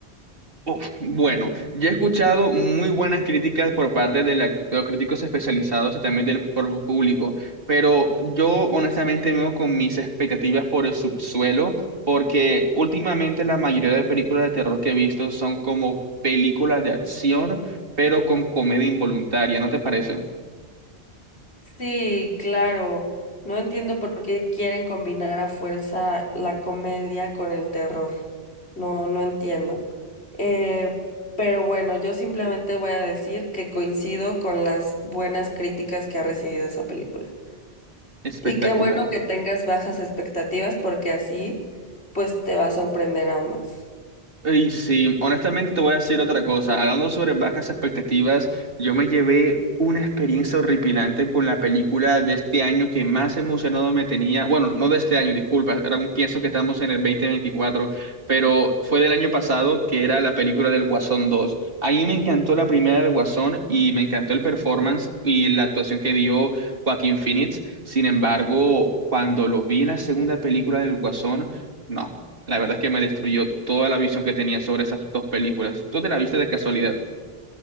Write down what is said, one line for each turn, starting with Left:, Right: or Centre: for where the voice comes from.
Right: Uf, bueno, yo he escuchado muy buenas críticas por parte de, la- de los críticos especializados y también del propio público, pero yo honestamente me veo con mis expectativas por el subsuelo, porque últimamente la mayoría de películas de terror que he visto son como películas de acción, pero con comedia involuntaria, ¿no te parece?
Left: Sí, claro. No entiendo por qué quieren combinar a fuerza la comedia con el terror. No, no entiendo. Eh, pero bueno, yo simplemente voy a decir que coincido con las buenas críticas que ha recibido esa película.
Right: Espectacular.
Left: Y qué bueno que tengas bajas expectativas porque así, pues te va a sorprender aún más.
Right: Y sí, honestamente te voy a decir otra cosa. Hablando sobre bajas expectativas, yo me llevé una experiencia horripilante con la película de este año que más emocionado me tenía. Bueno, no de este año, disculpa, era un pienso que estamos en el dos mil veinticuatro pero fue del año pasado que era la película del Guasón dos A mí me encantó la primera del Guasón y me encantó el performance y la actuación que dio Joaquín Phoenix. Sin embargo, cuando lo vi en la segunda película del Guasón, no. La verdad es que me destruyó toda la visión que tenía sobre esas dos películas. ¿Tú te la viste de casualidad?